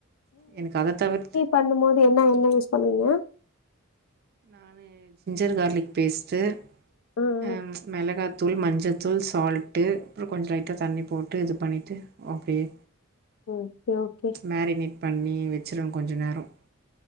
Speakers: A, on the right; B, on the left.
A: எனக்கு அத தவிர்த்து
B: பண்ணும் போது என்ன எண்ண யூஸ் பண்ணுவீங்க
A: நானு ஜிஞ்சர் கார்லிக் பேஸ்ட்டு
B: ஆ, ஆ.
A: அ மிளகா தூள் மஞ்சள்த்தூள் சால்ட்டு அப்புறம் கொஞ்சம் லைட்டா தண்ணி போட்டு இது பண்ணிட்டு ஆப்டியே
B: ஓகே ஓகே
A: மேரினெட் பண்ணி வெச்சிருவ கொஞ்ச நேரம்